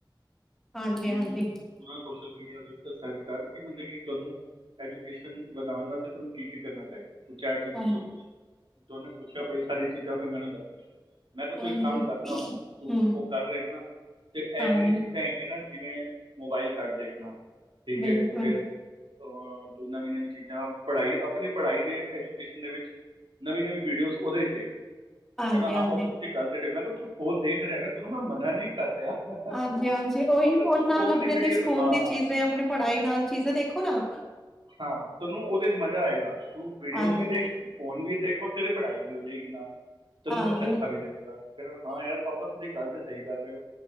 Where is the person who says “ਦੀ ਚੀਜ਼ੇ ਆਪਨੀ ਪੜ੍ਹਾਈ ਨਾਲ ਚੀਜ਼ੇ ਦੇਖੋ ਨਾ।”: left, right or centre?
Centre